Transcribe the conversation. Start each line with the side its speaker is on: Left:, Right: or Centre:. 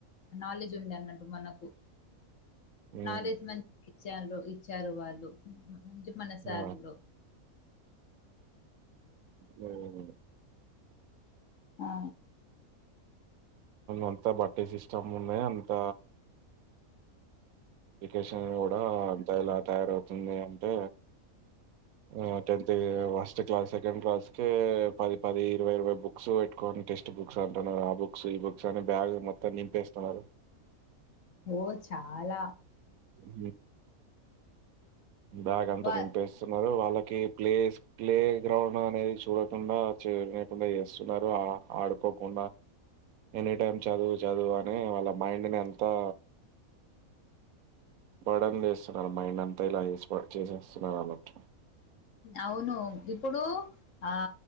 Left: నాలెడ్జ్ ఉండే అన్నట్టు మనకు
Right: హ్మ్.
Left: నాలెడ్జ్ మంన్ ఇచ్చారు ఇచ్చారు వాళ్ళు నుంచి మన సార్లో
Right: ఆ! ఉమ్
Left: ఆ
Right: అంతా బట్టి సిస్టమ్ ఉన్నాయి అంత ఎడ్యుకేషన్ కూడ అంత ఎలా తయారవుతుంది అంటే ఆ ten first class second class కె పది పది ఇరవై ఇరవై బుక్స్ పెట్టుకొని టెస్ట్ బుక్స్ అంటున్నారు ఆ బుక్ బుక్స్ ఈ బుక్స్ అని బ్యాగ్ మొత్తం నింపేస్తున్నారు.
Left: ఓ చాల
Right: హు బ్యాగ్ అంత
Left: వా
Right: నింపేస్తున్నారు వాళ్ళ కే ప్లేస్ ప్లే గ్రౌండ్ అనేది సూడకుండ చేయనికుండ చేస్తున్నారు ఆడుకోకుండా ఎని టైమ్ చదువు చదువు అని వాళ్ళ మైండ్ నే తా బడన్ చేస్తున్నారు మైండ్ అంతా ఇలా చేసేస్తున్నారు అనట్
Left: అవును ఇప్పుడు ఆ